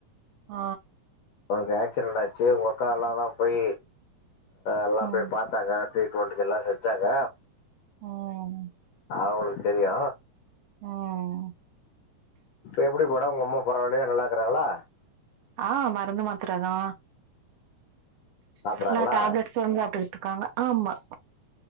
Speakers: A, on the right; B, on the left.
A: ஆ
B: அவனுக்கு ஆக்சிடென்ட் ஆச்சு உங்கக்கா எல்லா தா போய் எல்லா
A: ம்
B: போய் பாத்தாங்க ட்ரீட் மென்ட்டுக்கு எல்லா செஞ்சாங்க
A: ம்
B: அவுங்களுக்கு தெரியு
A: ம்
B: இப்ப எப்டி ஓடம் உங்க அம்மா பரவால்லயா நல்லா இருக்கறாங்களா
A: ஆ மருந்து மாத்திர தா
B: சாப்பறாங்களா
A: ஃபுல்லா டேப்லெட்ஸ் ஸு சாப்ட்டுக்கிட்டு இருக்காங்க ஆமா